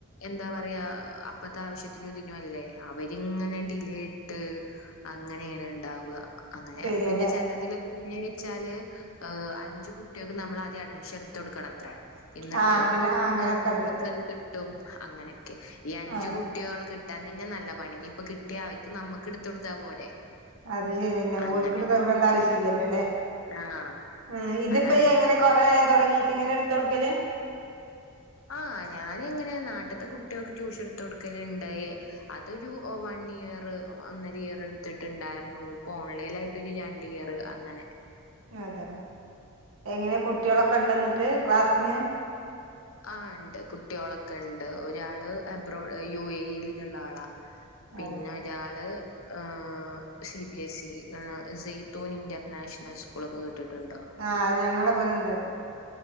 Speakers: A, on the left; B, on the right.
A: എന്താ പറയാ. അപ്പത്തെ ആവശ്യത്തിനും തിനുംല്ലേ അവരിങ്ങനെ ഡിലേ ഇട്ട്. അങ്ങനേണ് ഇണ്ടാവ അങ്ങനെ
B: ശരിയല്ലേ
A: പിന്നെ ചെലതില് പിന്നെച്ചാല് അഞ്ചു കുട്ട്യേക്ക് നമ്മൾ ആദ്യം അഡ്മിഷൻ ഇട്ത്ത് കൊടുക്കണത്ര. ഇന്നട്ട്
B: ആ അങ്ങനെ ആ അങ്ങനൊക്കെ
A: നമ്മുക്കത്
B: ഉണ്ട്
A: കിട്ടും അങ്ങനൊക്കെ ഈ അഞ്ചു
B: ആ
A: കു കുട്ട്യോളെ കിട്ടാൻ തന്നെ നല്ല പണി. ഇനി ഇപ്പൊ കിട്ട്യാ അവർക്ക് നമ്മക്ക് ഇട്ത്ത് കൊടുത്താ പോരെ.
B: അത് ശെര്യെന്നെ.
A: അങ്ങനെയൊക്കെ
B: ഓൽക്ക്ട്ത്തൊട്ക്കണ്ട ആവശ്യം ഇല്ലല്ലോലെ.
A: ആഹ്
B: ആഹ് ഇതിപ്പയ്യങ്ങനെ
A: അതാണ്
B: കൊറെ ആയൊ തൊട്ങ്ങീട്ട് ഇങ്ങനെട്ത്തൊട്ക്കല്?
A: ആഹ് ഞാനിങ്ങനെ നാട്ട്ത്തെ കുട്ട്യോക്ക് ട്യൂഷൻ ഇട്ത്ത് കൊടുക്കല്ണ്ട്. അതൊരു വൺ ഇയർ ഒന്നര ഇയർ ഇട്ത്ത്ട്ട്ണ്ടായ്രുന്നു. ഇപ്പൊ ഓൺലൈൻ ആയി രണ്ട് ഇയറ് അങ്ങനെ
B: അതെല്ലേ എങ്ങനെ കുട്ടിയളൊക്കെ ഉണ്ടൊന്നിട്ട് ക്ലാസ്സിന്
A: ആഹ് ഇണ്ട് കുട്ട്യോളെക്കെണ്ട് ഒരാള് അബ്രോഡ് യു എ ഇ യിൽ ന്നുള്ള ആളാ പിന്നെ
B: അതെ
A: ഒരാള് ഏഹ് C B S E Zaitoon international സ്കൂളൊക്കെ കേട്ടിട്ടുണ്ടോ?
B: ആഹ് ഞങ്ങളെ ഇബടെണ്ടത്